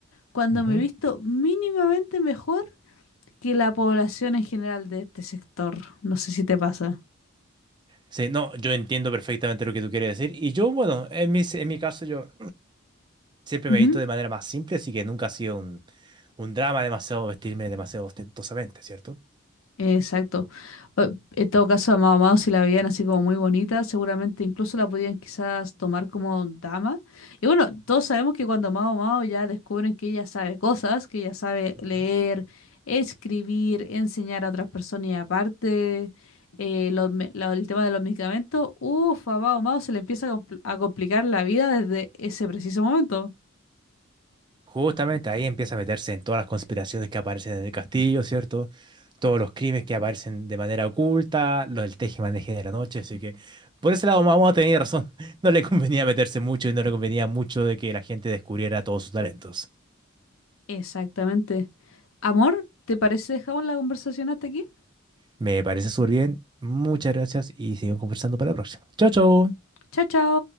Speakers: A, on the left; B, on the right.
A: cuando
B: Ujú.
A: me he visto mínimamente mejor que la población en general de este sector. No sé si te pasa.
B: Sí, no, yo entiendo perfectamente lo que tú quieres decir. Y yo, bueno, en mi, en mi caso, yo siempre
A: Ujú.
B: me he visto de manera más simple, así que nunca ha sido un, un drama demasiado vestirme demasiado ostentosamente, ¿cierto?
A: Exacto. Eh, En todo caso, a Mao Mao, si la veían así como muy bonita, seguramente incluso la podían quizás tomar como dama. Y bueno, todos sabemos que cuando Mao Mao ya descubren que ella sabe cosas, que ella sabe
B: Ujú.
A: leer, escribir, enseñar a otras personas y aparte eh, los me- la- el tema de los medicamentos, uff, a Mao Mao se le empieza a compl- a complicar la vida desde ese preciso momento.
B: Justamente ahí empieza a meterse en todas las conspiraciones que aparecen en el castillo, ¿cierto? Todos los crímenes que aparecen de manera oculta, los del tejemaneje de la noche, así que por ese lado vamos a tener razón. <laughs> No le convenía meterse mucho y no le convenía mucho de que la gente descubriera todos sus talentos.
A: Exactamente. Amor, ¿te parece dejamos la conversación hasta aquí?
B: Me parece súper bien. Muchas gracias y seguimos conversando para la próxima. Chao, chao.
A: Chao, chao.